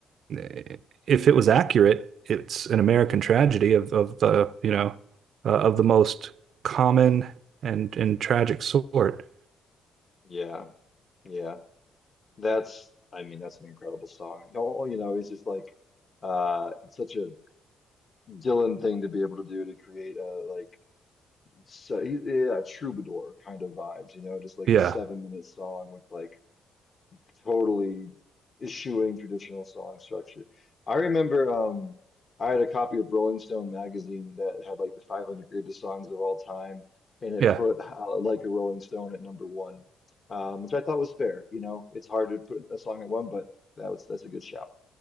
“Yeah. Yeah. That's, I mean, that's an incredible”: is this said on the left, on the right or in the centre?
Left